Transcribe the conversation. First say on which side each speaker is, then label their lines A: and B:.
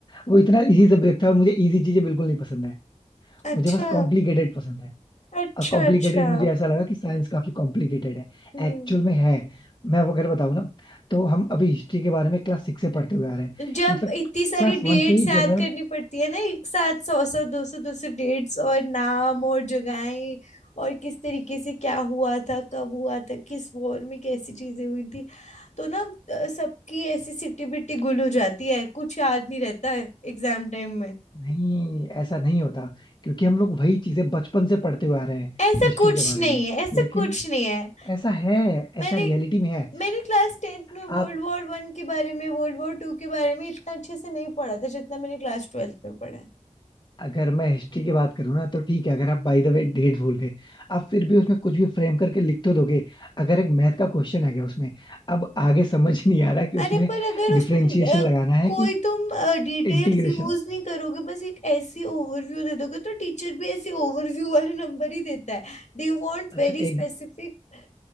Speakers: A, on the left (about 35°); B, on the left (about 65°).
A: वो इतना इजी सब्जेक्ट था मुझे इजी चीजें बिल्कुल नहीं पसंद है
B: अच्छा
A: मुझे बस कॉम्प्लिकेटेड पसंद है
B: अच्छा
A: और कॉम्प्लिकेटेड
B: अच्छा
A: मुझे ऐसा लगा कि साइंस काफी कॉम्प्लिकेटेड है
B: हम्म
A: एक्चुअल में है मैं अब अगर बताऊँ ना तो हम अभी हिस्ट्री के बारे में क्लास सिक्स से पढ़ते हुए आ रहे हैं
B: जब
A: इनफैक्ट
B: इतनी सारी
A: क्लास
B: डेट्स
A: वन से ही
B: याद
A: जनरल
B: करनी पड़ती है ना एक साथ सौ सौ दो सौ दो सौ डेट्स और नाम और जगहें और किस तरीके से क्या हुआ था कब हुआ था किस वॉर में कैसी चीजें हुई थी तो ना अ, सबकी ऐसी सिटी बिटी गुल हो जाती है कुछ याद नहीं रहता है एग्जाम टाइम में
A: नहीं ऐसा नहीं होता क्योंकि हम लोग वही चीजें बचपन से पढ़ते हुए आ रहे हैं
B: ऐसा
A: हिस्ट्री
B: कुछ
A: के बारे
B: नहीं
A: में
B: है ऐसा
A: लेकिन
B: कुछ नहीं है
A: ऐसा है
B: मैंने
A: ऐसा रियलिटी में है
B: मैंने क्लास टेंथ में वर्ल्ड
A: आप
B: वॉर वन के बारे में वर्ल्ड वॉर टू के बारे में इतना अच्छे से नहीं पढ़ा था जितना मैंने क्लास ट्वेल्थ में पढ़ा है।
A: अगर मैं हिस्ट्री की बात करूँ ना तो ठीक है अगर आप बाय द वे डेट भूल गए आप फिर भी उसमें कुछ भी फ्रेम करके लिख तो दोगे अगर एक मैथ का क्वेश्चन आ गया उसमें अब आगे समझ <laughs> ही नहीं आ रहा कि उसमें
B: अरे पर अगर
A: डिफरेंशिएशन
B: उसमें अ,
A: लगाना है
B: कोई
A: कि
B: तुम डिटेल्स
A: इंटीग्रेशन
B: यूज नहीं करोगे बस एक ऐसी ओवरव्यू दे दोगे तो टीचर भी ऐसे ओवरव्यू वाले नंबर ही देता है They want
A: अच्छा
B: very specific
A: एक